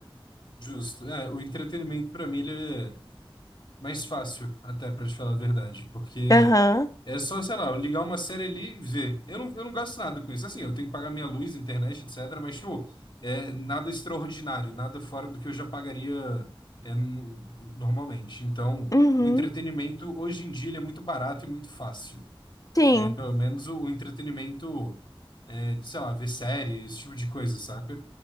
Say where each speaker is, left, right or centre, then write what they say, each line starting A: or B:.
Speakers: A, on the left; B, on the left.
A: Justo. É, o entretenimento, pra mim, ele é. mais fácil, até, pra te falar a verdade, porque
B: <laughs> Aham.
A: é só, sei lá, eu ligar uma série ali e ver. Eu não, eu não gasto nada com isso. Assim, eu tenho que pagar minha luz, internet, etc. Mas, tipo, é nada extraordinário, nada fora do que eu já pagaria é, n- normalmente. Então,
B: Uhum.
A: o entretenimento, hoje em dia, ele é muito barato e muito fácil.
B: Sim.
A: É, pelo menos o, o entretenimento, é, de, sei lá, ver série, esse tipo de coisa, saca?